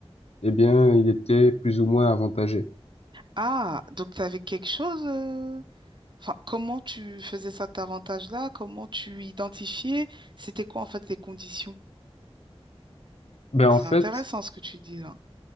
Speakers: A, on the left; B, on the right.
A: eh bien, il était plus ou moins avantagé.
B: Ah, donc tu avais quelque chose... euh, Enfin, comment tu faisais cet avantage-là? Comment tu identifiais? C'était quoi en fait les conditions?
A: Ben, en
B: C'est
A: fait,
B: intéressant ce que tu dis là.